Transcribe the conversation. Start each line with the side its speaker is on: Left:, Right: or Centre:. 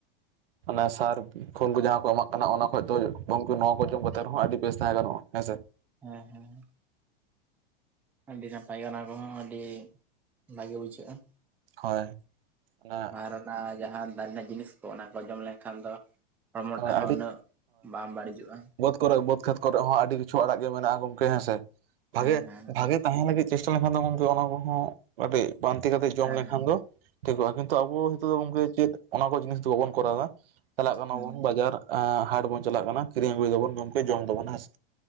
Right: ᱚᱱᱟ ᱥᱟᱨ ᱠᱷᱳᱞ ᱠᱚ ᱡᱟᱦᱟᱸ ᱠᱚ ᱮᱢᱟᱜ ᱠᱟᱱᱟ ᱚᱱᱟ ᱠᱷᱚᱡ ᱫᱚ ᱜᱚᱢᱠᱮ ᱱᱚᱣᱟ ᱠᱚ ᱡᱚᱢ ᱠᱟᱛᱮᱫ ᱨᱮᱦᱚᱸ ᱟᱹᱰᱤ ᱵᱮᱥ ᱛᱟᱦᱮᱸ ᱜᱟᱱᱚᱜᱼᱟ, ᱦᱮᱸ ᱥᱮ?
Centre: ᱦᱮᱸ ᱦᱮᱸ᱾ ᱟᱹᱰᱤ ᱱᱟᱯᱟᱭ ᱜᱮ ᱚᱱᱟ ᱠᱚᱦᱚᱸ ᱟᱹᱰᱤ ᱵᱷᱟᱜᱮ ᱵᱩᱡᱷᱟᱹᱜᱼᱟ᱾
Right: ᱦᱳᱭ ᱚᱱᱟ
Centre: ᱟᱨ ᱚᱱᱟ ᱡᱟᱦᱟᱸ ᱫᱟᱨᱮ ᱨᱮᱱᱟᱜ ᱡᱤᱱᱤᱥ ᱠᱚ ᱚᱱᱟ ᱠᱚ ᱡᱚᱢ ᱞᱮᱱᱠᱷᱟᱱ ᱫᱚ ᱦᱚᱲᱢᱚᱴᱟᱜ
Right: ᱦᱳᱭ
Centre: ᱦᱚᱸ ᱩᱱᱟᱹᱜ ᱵᱟᱝ ᱵᱟᱹᱲᱤᱡᱚᱜᱼᱟ᱾
Right: ᱠᱚᱨᱮᱜ ᱵᱟᱹᱫᱽ ᱠᱷᱮᱛ ᱠᱚᱨᱮᱜ ᱦᱚᱸ ᱟᱹᱰᱤ ᱠᱤᱪᱷᱩ ᱟᱲᱟᱜ ᱜᱮ ᱢᱮᱱᱟᱜᱼᱟ ᱜᱚᱢᱠᱮ ᱦᱮᱸᱥᱮ᱾ ᱵᱷᱟᱜᱮ
Centre: ᱦᱮᱸ ᱦᱮᱸ
Right: ᱵᱷᱟᱜᱮ ᱛᱟᱦᱮᱸ ᱞᱟᱹᱜᱤᱫ ᱪᱮᱥᱴᱟ ᱞᱮᱱᱠᱷᱟᱱ ᱫᱚ ᱜᱚᱢᱠᱮ ᱚᱱᱟ ᱠᱚᱦᱚᱸ ᱠᱟᱹᱴᱤᱡ ᱯᱟᱱᱛᱤ ᱠᱟᱛᱮᱜ ᱡᱚᱢ
Centre: ᱦᱮᱸ
Right: ᱞᱮᱠᱷᱟᱱ ᱫᱚ ᱴᱷᱤᱠᱚᱜᱼᱟ ᱠᱤᱱᱛᱩ ᱟᱵᱚ ᱦᱤᱛᱚᱜ ᱫᱚ ᱜᱚᱝᱠᱮ ᱪᱮᱫ ᱚᱱᱟ ᱠᱚ ᱡᱤᱱᱤᱥ ᱫᱚ ᱵᱟᱵᱚᱱ ᱠᱚᱨᱟᱣᱫᱟ᱾ ᱪᱟᱞᱟᱜ ᱠᱟᱱᱟᱵᱚᱱ᱾
Centre: ᱦᱮᱸ
Right: ᱜᱮ ᱟᱨ ᱮᱸ ᱦᱟᱴ ᱵᱚᱱ ᱪᱟᱞᱟᱜ ᱠᱟᱱᱟ, ᱠᱤᱨᱤᱧ ᱟᱹᱜᱩᱭᱮᱫᱟᱵᱚᱱ ᱜᱚᱢᱠᱮ ᱡᱚᱢ ᱫᱟᱵᱚᱱ, ᱦᱮᱸ ᱥᱮ?